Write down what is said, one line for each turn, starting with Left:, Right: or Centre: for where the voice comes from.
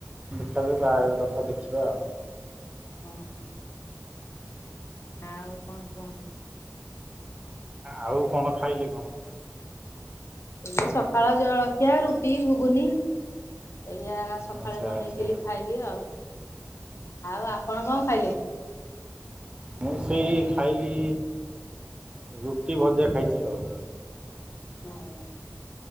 Right: ଦେଖାଯାଉ ବାହାଘର କଥା ଦେଖିବା ଆଉ।
Left: ହଁ ହ ଆଉ କଣ କୁହନ୍ତୁ।
Right: ଆଉ କଣ ଖାଇଲେ କଣ।
Left: ଏଇ ସକାଳ ଜଳଖିଆ ରୁଟି ଘୁଗୁନି ଏଇଆ ସ ସକାଳେ
Right: ଆଚ୍ଛା
Left: ବନେଇଥିଲି
Right: ଆଚ୍ଛା
Left: ଖାଇଲି ଆଉ। ଆଉ ଆପଣ କଂ ଖାଇଲେ।
Right: ମୁଁ ସେଇ ଖାଇଲି ରୁଟି ଭଜା ଖାଇଚି ଆଉ।
Left: <unintelligible>